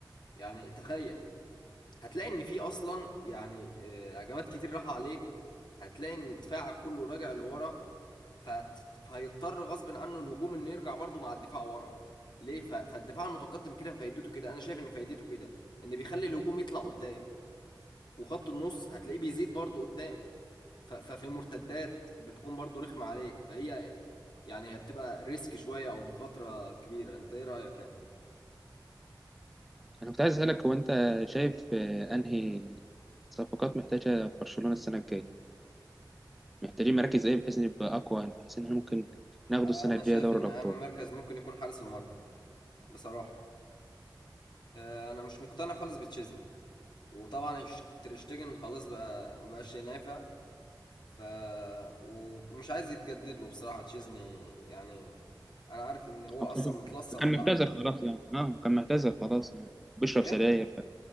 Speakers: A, on the left; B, in the centre.
A: يعني تخيل هتلاقي ان في اصلا يعني آه، هجمات كتير راحوا عليك هتلاقي ان دفاعك كله راجع لورا فهت... فهيضطر غصب عنه الهجوم انه يرجع برضه مع الدفاع ورا ليه ف... فالدفاع المتقدم كده فايدته كده انا شايف ان فايدته كده ان بيخلي الهجوم يطلع قدام وخط النص هتلاقيه بيزيد برضه قدام ف... ففي المرتدات بتكون برضه رخمة عليك فهي يعني هي بتبقى ريسك شوية او مخاطرة كبيرة انت ايه رأيك يعني
B: انا كنت عايز اسالك هو انت شايف آه، انهي صفقات محتاجه برشلونه السنه الجايه محتاجين مراكز ايه بحيث نبقى اقوى يعني بحيث ان احنا ممكن ناخده
A: انا
B: السنه الجايه
A: شايف
B: دوري
A: ان
B: الابطال
A: اهم مركز ممكن يكون حارس المرمى بصراحة آه، انا مش مقتنع خالص بتشيزني وطبعا يش- تريشتجن خلاص بقى مبقاش ينافع ف ومش عايز يتجدد له بصراحة تشيزني يعني انا عارف ان هو
B: أعتقد
A: اصلا متلصم
B: كان
A: بالعافية
B: معتزل خلاص يعني اه كان معتزل
A: ايه
B: خلاص يعني بيشرب
A: ايه
B: سجاير ف...